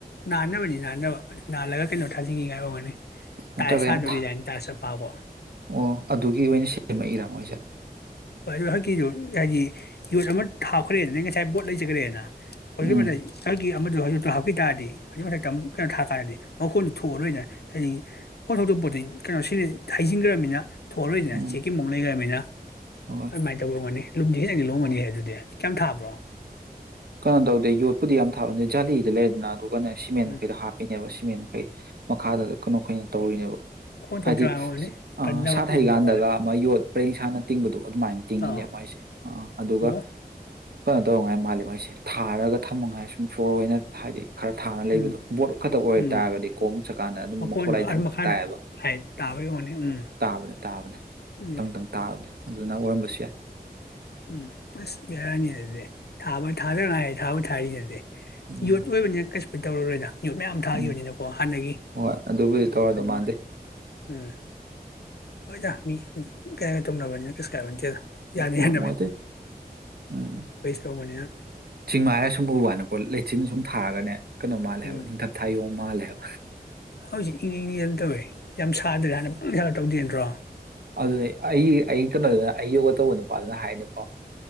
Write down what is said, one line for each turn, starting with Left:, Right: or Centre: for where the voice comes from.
Left: ꯅꯥꯟꯅꯕꯅꯤ ꯅꯥꯟꯅꯕ ꯅꯥꯜꯂꯒ ꯀꯩꯅꯣ ꯊꯥꯖꯤꯟꯒꯥꯏ ꯑꯣꯏꯒꯅꯤ
Right: ꯅꯠꯇ꯭ꯔꯒ
Left: ꯇꯥꯏꯜꯁ
Right: ꯌꯥꯝ
Left: ꯊꯥꯗꯨꯔꯤꯅꯤ
Right: ꯊꯥ
Left: ꯄꯥꯕ
Right: ꯑꯣ ꯑꯗꯨꯒꯤ ꯑꯣꯏꯅ ꯁꯦꯝꯃꯛꯏꯔꯥ ꯃꯣꯏꯁꯦ
Left: ꯍꯣꯏ ꯑꯗꯨ ꯍꯖꯤꯛꯀꯤꯗꯨꯣ ꯍꯥꯏꯗꯤ ꯌꯣꯠ ꯑꯃ ꯊꯥꯈ꯭ꯔꯦꯅ ꯅ ꯉꯁꯥꯏ ꯕꯣꯠ ꯂꯩꯖꯈ꯭ꯔꯦꯅ
Right: ꯎꯝ
Left: <unintelligible> ꯑꯃꯗꯣ ꯍꯧꯖꯤꯛꯇꯣ ꯍꯥꯞꯄꯤ ꯇꯥꯔꯗꯤ ꯑꯗꯨꯒꯤ ꯃꯊꯛꯇ ꯑꯃꯨꯛ ꯀꯩꯅꯣ ꯊꯥꯀꯥꯟꯗꯗꯤ ꯃꯈꯣꯟꯗꯨꯣ ꯊꯣꯛꯑꯔꯣꯏꯅ ꯍꯥꯏꯗꯤ ꯍꯣꯟ ꯊꯣꯛꯇꯕ ꯄꯣꯠꯇꯨ ꯀꯩꯅꯣ ꯁꯤ ꯍꯩꯖꯤꯟꯈ꯭ꯔꯕꯅꯤꯅ ꯊꯣꯛ ꯑꯔꯣꯏꯗꯅ
Right: ꯎꯝ
Left: ꯆꯦꯛꯀꯤ ꯃꯑꯣꯡ ꯂꯩꯒꯔ꯭ꯕꯅꯤꯅ
Right: ꯍꯣꯏ
Left: ꯑꯗꯨꯃꯥꯏ ꯇꯧꯕꯑꯣꯏꯅꯤ ꯂꯨꯝꯗꯤ ꯍꯡ ꯂꯣꯡꯒꯅꯤ
Right: ꯑꯣ
Left: ꯍꯦ ꯑꯗꯨꯗꯤ ꯀꯌꯥꯝ ꯊꯥꯕ꯭ꯔꯣ
Right: ꯀꯩꯅꯣ ꯇꯧꯗꯦ ꯌꯣꯠꯄꯨꯗꯤ ꯌꯥꯝ ꯊꯥꯕꯅꯤ ꯖꯥꯂꯤꯗ ꯂꯩꯗꯅ ꯑꯗꯨꯒꯅꯦ ꯁꯤꯃꯦꯟ
Left: ꯎꯝ
Right: ꯃꯈꯩꯗꯣ ꯍꯥꯞꯄꯤꯅꯦꯕ ꯁꯤ ꯃꯦꯟ ꯃꯈꯩ ꯃꯈꯥꯗ ꯀꯩꯅꯣ ꯀꯩꯅ ꯇꯧꯔꯤꯅꯦꯕ
Left: ꯃꯈꯣꯟ ꯊꯣꯛ
Right: ꯍꯥꯏꯗꯤ
Left: ꯇꯔꯥ ꯑꯣꯏꯔꯅꯤ
Right: ꯑ
Left: ꯀꯟꯗꯕ
Right: ꯁꯥꯠ
Left: ꯉꯝꯗꯧ
Right: ꯍꯩꯀꯥꯟꯗꯒ
Left: ꯃꯥꯜꯂꯦ
Right: ꯃꯥ ꯌꯣꯠ ꯄꯔꯦꯡ ꯁꯥꯅ ꯇꯤꯡꯕꯗꯣ ꯑꯗꯨꯃꯥꯏꯅ ꯇꯤꯡꯉꯤꯅꯦ
Left: ꯑꯥ
Right: ꯃꯥꯏꯁꯦ ꯑ ꯑꯗꯨꯒ
Left: ꯑꯣ
Right: ꯀꯣ ꯇꯧ ꯉꯥꯏ ꯃꯥꯜꯂꯤ ꯃꯥꯏꯁꯤ ꯊꯥꯔꯒ ꯊꯝꯃꯉꯥꯏ ꯁꯨꯝ ꯐ꯭ꯂꯣꯔ ꯑꯣꯏꯅ ꯍꯥꯏꯗꯤ ꯈꯔ ꯊꯥꯅ ꯂꯩꯕꯗꯣ
Left: ꯎꯝ
Right: ꯕꯣꯠ ꯈꯛꯇ ꯑꯣꯏ
Left: ꯎꯝ
Right: ꯇꯥꯔꯒꯗꯤ ꯈꯣꯡꯅ ꯆꯠꯀꯥꯟꯗ ꯑꯗꯨꯝ
Left: ꯃꯈꯣꯟꯗꯣ
Right: ꯃꯈꯣꯟꯂꯥꯏ
Left: ꯑꯥ
Right: ꯗꯪꯗꯪ
Left: ꯃꯈꯥꯗ
Right: ꯇꯥꯏꯌꯦꯕ
Left: ꯍꯥꯏ ꯇꯥꯕꯩ ꯑꯣꯏꯔꯝꯅꯤ ꯎꯝ
Right: ꯇꯥꯕꯅꯦ ꯇꯥꯕꯅꯦ
Left: ꯎꯝ
Right: ꯇꯪꯇꯪ ꯇꯥꯕꯅꯦ ꯑꯗꯨꯅ ꯑꯣꯏꯔꯝꯕꯁꯨ ꯌꯥꯏ
Left: ꯎꯝ ꯑꯁ ꯕꯦꯔꯅꯤ ꯑꯗꯨꯗꯤ ꯊꯥꯕ ꯊꯥꯗ ꯉꯥꯏꯔꯤ ꯊꯥꯕꯨ ꯊꯥꯗ꯭ꯔꯤꯗꯨꯗꯤ
Right: ꯎꯝ
Left: ꯌꯣꯠ ꯑꯣꯏꯕꯅꯤ ꯀꯩ ꯍꯣꯏ ꯇꯧꯔꯔꯣꯏꯗ ꯌꯣꯠ ꯃꯌꯥꯝ ꯊꯥꯈꯤꯕꯅꯤꯅꯀꯣ
Right: ꯎꯝ
Left: ꯍꯥꯟꯅꯒꯤ
Right: ꯍꯣꯏ ꯑꯗꯨꯕꯨꯗꯤ ꯇꯧꯔꯗꯧ
Left: ꯀꯩꯅꯣ
Right: ꯃꯥꯟꯗꯦ
Left: ꯎꯝ ꯍꯣꯏꯗ ꯃꯤ ꯀꯩꯅꯦ ꯇꯨꯝꯅꯕꯅꯤꯅ ꯀꯩꯁꯨꯀꯥꯏꯕꯅꯠꯇꯦꯗꯥ ꯌꯥꯅꯤ
Right: ꯍꯣꯏ
Left: ꯍꯥꯏ
Right: ꯃꯣꯏ ꯎꯝ
Left: ꯇꯧꯕꯅꯤꯅ
Right: ꯆꯤꯡꯃꯥꯔ ꯁꯨꯝ ꯎ ꯋꯥꯅꯤꯀꯣ ꯂꯩꯆꯤꯜ ꯁꯨꯝ ꯊꯥꯔꯒꯅꯦ ꯀꯩꯅꯣ ꯃꯥꯜꯂꯦ
Left: ꯎꯝ
Right: ꯍꯥꯏꯕ ꯅꯤꯡꯊꯝ ꯊꯥꯌꯣ ꯃꯥꯜꯂꯦ <inaudible>
Left: ꯍꯧꯖꯤꯛ ꯏꯪ ꯏꯪꯅꯤ ꯑꯗꯨꯝ ꯇꯧꯋꯦ ꯌꯥꯝ ꯁꯥꯗ꯭ꯔꯦ ꯍꯥꯟꯅ ꯄꯪ ꯁꯥꯔ ꯇꯧꯗꯦ ꯅꯠꯇ꯭ꯔꯣ
Right: ꯑꯗꯨ ꯑꯩ ꯀꯅ ꯑꯩ ꯌꯣꯒ ꯇꯧꯕ ꯅꯨꯄꯥꯗꯨꯅ ꯍꯥꯏꯅꯤꯀꯣ